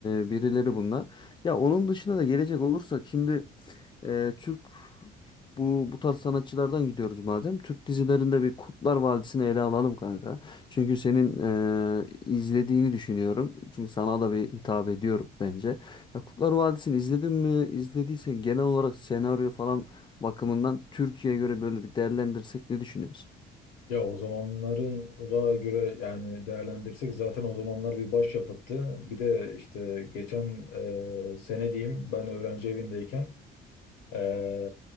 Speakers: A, on the left (about 25°); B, on the left (about 85°).
A: e, birileri bunlar. Ya onun dışında da gelecek olursak şimdi e, Türk bu, bu tarz sanatçılardan gidiyoruz madem. Türk dizilerinde bir Kurtlar Vadisi'ni ele alalım kanka. Çünkü senin eee, izlediğini düşünüyorum. Çünkü sana da bir hitap ediyorum bence. Ya Kurtlar Vadisi'ni izledin mi? İzlediysen genel olarak senaryo falan bakımından Türkiye'ye göre böyle bir değerlendirsek ne düşünüyorsun?
B: Ya o zamanların da göre yani değerlendirsek zaten o zamanlar bir başyapıttı. Bir de işte geçen e, sene diyeyim ben öğrenci evindeyken Ee,